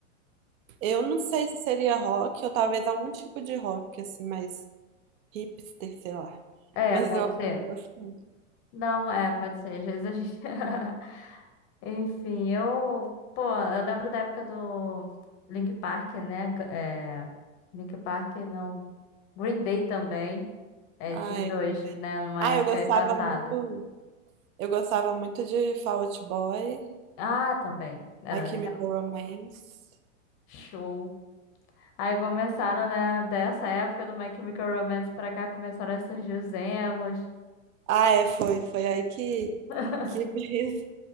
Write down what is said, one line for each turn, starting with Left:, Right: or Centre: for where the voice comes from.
Right: Eu não sei se seria rock ou talvez algum tipo de rock, assim, mais hipster, sei lá.
Left: É,
Right: Mas
Left: pode
Right: eu
Left: ser.
Right: gosto muito.
Left: Não, é, pode ser. Às vezes a gente. <laughs> Enfim, eu, pô, eu lembro da época do Link Park, né? G- É, Link Park não. Green Day também. É,
Right: Ah,
Left: esses
Right: é
Left: dois,
Right: Green Day.
Left: né? Numa
Right: Ah,
Left: época
Right: eu gostava
Left: aí passada.
Right: muito. Eu gostava muito de Fall Out Boy,
Left: Ah, também. Era
Right: A Chemical
Left: legal.
Right: Romance.
Left: Show. Aí começaram, né? Dessa época do My Chemical Romance pra cá, começaram a surgir os emos.
Right: Ah, é, foi. Foi aí que,
Left: <laughs>
Right: que <laughs> veio.